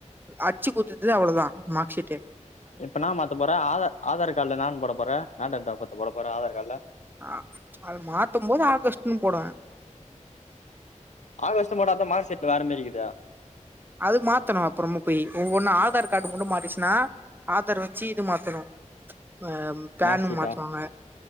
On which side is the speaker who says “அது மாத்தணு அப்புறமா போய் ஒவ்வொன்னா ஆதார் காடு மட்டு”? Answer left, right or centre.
Right